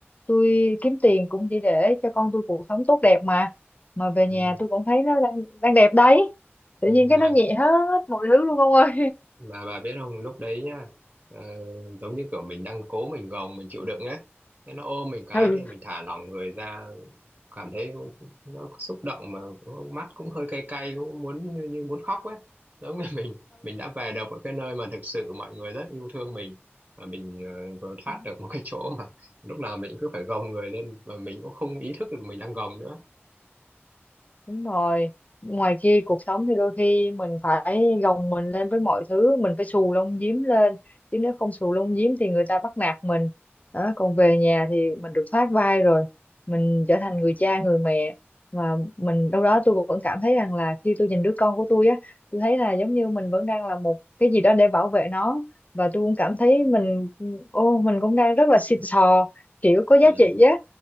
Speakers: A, on the left; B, on the right.
A: tôi kiếm tiền cũng chỉ để cho con tôi cuộc sống tốt đẹp mà mà về
B: ừ,
A: nhà tôi cũng thấy nó đang đang đẹp đấy tự
B: ừ.
A: nhiên cái
B: mà
A: nó nhẹ hết mọi thứ luôn ông ơi
B: mà bà biết không lúc đấy nhá ờ, giống như kiểu mình đang cố mình gồng mình chịu đựng ấy thế nó ôm mình cái
A: <laughs> ừ
B: thì mình thả lỏng người ra cảm thấy cũng- nó xúc động mà cũng- mắt cũng hơi cay cay cũng muốn như như muốn khóc ấy giống như <laughs> mình mình đã về được ở cái nơi mà thực sự mọi người rất yêu thương mình và mình ờ, vừa thoát
A: ừ
B: được một cái chỗ mà lúc nào mình cứ phải gồng người lên và mình cũng không ý thức được mình đang gồng nữa
A: Đúng rồi, ngoài kia cuộc sống thì đôi khi mình phải gồng mình lên với mọi thứ, mình phải xù lông giếm lên, chứ nếu không xù lông giếm thì người ta bắt nạt mình. Đó, còn về nhà thì mình được thoát vai rồi, mình trở thành người cha, người mẹ. Mà mình đâu đó tôi vẫn cảm thấy rằng là khi tôi nhìn đứa con của tôi á, tôi thấy là giống như mình vẫn đang là một cái gì đó để bảo vệ nó. Và tôi cũng cảm thấy mình, ô, mình cũng đang rất là xịn sò, kiểu có giá
B: ừ,
A: trị á.